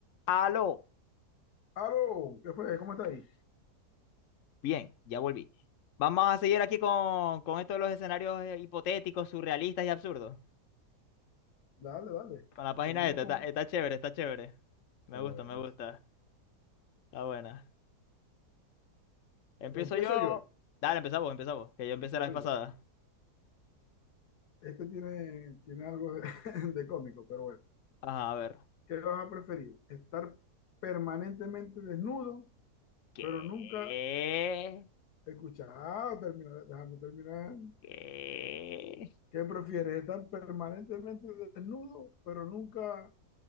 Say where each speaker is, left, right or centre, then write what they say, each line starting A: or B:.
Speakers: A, on the left; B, on the left.
A: Aló,
B: Aló, ¿qué fue? ¿Cómo está ahí?
A: bien, ya volví. Vamos a seguir aquí con, con esto de los escenarios eh, hipotéticos, surrealistas y absurdos.
B: Dale, dale.
A: Con la página
B: Seguimos
A: esta, está,
B: con.
A: está chévere, está chévere.
B: Está
A: Me gusta,
B: bueno,
A: me gusta.
B: sí.
A: Está buena. Empiezo
B: Empiezo
A: yo.
B: yo.
A: Dale, empezamos, empezamos. Que yo empecé
B: Empiezo
A: la vez
B: yo.
A: pasada.
B: Este tiene, tiene algo de, <laughs> de cómico, pero bueno.
A: Ajá, a ver.
B: ¿Qué vas a preferir? ¿Estar permanentemente desnudo,
A: ¿Qué?
B: pero nunca escuchar? Ah, termina- déjame terminar.
A: ¿Qué?
B: ¿Qué prefieres? ¿Estar permanentemente desnudo, pero nunca